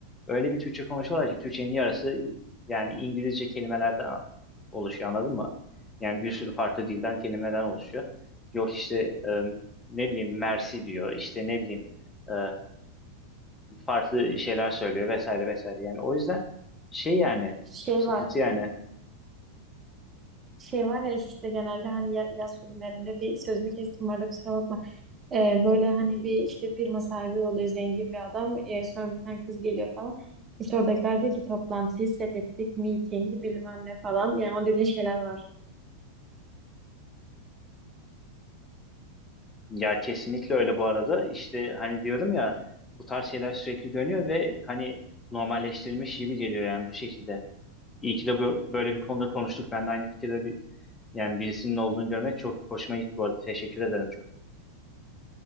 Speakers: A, on the left; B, on the right.
A: Öyle bir Türkçe konuşuyorlar ki Türkçenin yarısı yani İngilizce kelimelerden oluşuyor anladın mı? Yani bir sürü farklı dilden kelimeden oluşuyor. Yok işte e, ne bileyim mersi diyor işte ne bileyim e, farklı şeyler söylüyor vesaire vesaire. Yani o yüzden şey yani
B: Şey
A: sıkıntı
B: var.
A: yani
B: şey var ya işte genelde hani ya- yaz filmlerinde bir sözünü kestim orada kusura bakma. Ee, böyle hani bir işte firma sahibi oluyor zengin bir adam. Ee, sonra bir tane kız geliyor falan. İşte oradakiler diyor ki toplantıyı set ettik, meeting bilmem ne falan. Yani o dediğin şeyler var.
A: ya kesinlikle öyle bu arada işte hani diyorum ya bu tarz şeyler sürekli dönüyor ve hani normalleştirilmiş gibi geliyor yani bu şekilde. İyi ki de bö- böyle bir konuda konuştuk. Ben de aynı fikirde bir yani birisinin olduğunu görmek çok hoşuma gitti bu arada. Teşekkür ederim çok.